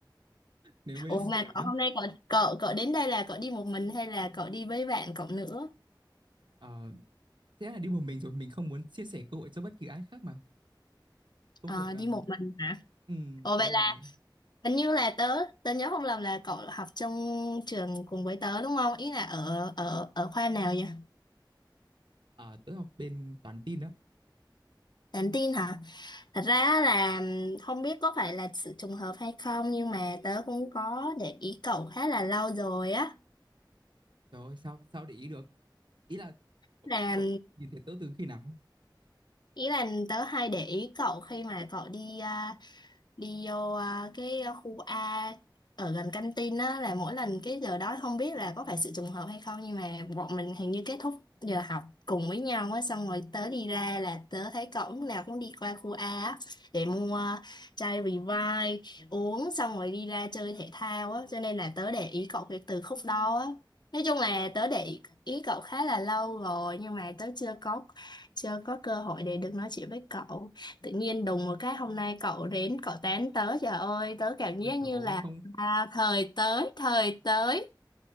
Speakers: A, on the right; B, on the left.
A: nếu bây
B: Ủa
A: giờ
B: mà cậu
A: đi
B: hôm nay cậu, cậu, cậu đến đây là cậu đi một mình hay là cậu đi với bạn cậu nữa?
A: ờ, thế là đi một mình rồi mình không muốn chia sẻ cơ hội cho bất kỳ ai khác mà cơ
B: À,
A: hội ừm,
B: đi một mình hả?
A: ừm,
B: Ủa
A: đúng
B: vậy là
A: rồi
B: hình như là tớ, tớ nhớ không lầm là cậu học trong trường cùng với tớ đúng không? Ý là ở, ở, ở khoa nào vậy?
A: à, tớ học bên toán tin á
B: Nhắn tin hả? Thật ra á là không biết có phải là sự trùng hợp hay không nhưng mà tớ cũng có để ý cậu khá là lâu rồi á.
A: trời ơi sao sao để ý được ý là cậu,
B: Là
A: cậu nhìn thấy tớ từ khi nào
B: Ý là tớ hay để ý cậu khi mà cậu đi à, đi vô à, cái khu A ở gần căng tin á là mỗi lần cái giờ đó không biết là có phải sự trùng hợp hay không nhưng mà bọn mình hình như kết thúc giờ học cùng với nhau á xong rồi tớ đi ra là tớ thấy cậu lúc nào cũng đi qua khu A á để mua chai Revive uống xong rồi đi ra chơi thể thao á cho nên là tớ để ý cậu kể từ khúc đó á nói chung là tớ để ý ý cậu khá là lâu rồi nhưng mà tớ chưa có chưa có cơ hội để được nói chuyện với cậu tự nhiên đùng một cái hôm nay cậu đến cậu tán tớ trời ơi tớ cảm
A: ôi
B: giác
A: trời
B: như
A: ơi
B: là
A: không
B: à, thời tới thời tới